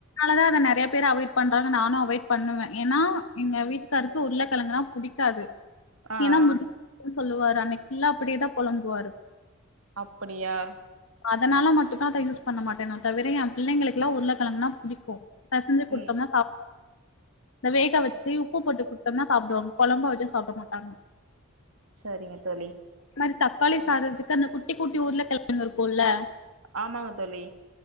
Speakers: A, on the left (about 65°); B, on the right (about 75°).
A: அதா அத நெறையா பேரு அவெட் பண்றாங்க நானு அவாய்ட் பண்ணுவே ஏன்னா எங்க வீட்டுக்காருக்கு உருளக்கெழங்குலா புடிக்காது
B: ஆ
A: ஏன்னா
B: ஆ
A: முதுகு சொல்லுவாரு அன்னைக்கு ஃபுள்ளா அப்புடிதா பொலம்புவாரு
B: அப்புடியா
A: அதனால மட்டுந்தா அத யூஸ் பண்ண மாட்டே அத தவுர ஏ புள்ளைங்களுக்கெல்லா உருளக்கெங்குனா புடிக்கும் பெசஞ்ன்சு குடுத்
B: ம்
A: இந்த வேக வச்சு உப்பு போட்டு குடுத்தம்னா சாப்புடுவாங்க கொழம்பா வச்சா சாப்டமாட்டாங்க
B: சரிங்க தோழி
A: இந்த மாரி தக்காளி சாததுக்கு அந்த குட்டி குட்டி உர்லகெழங்கு இருக்குல்ல
B: ஆமாங்க தோழி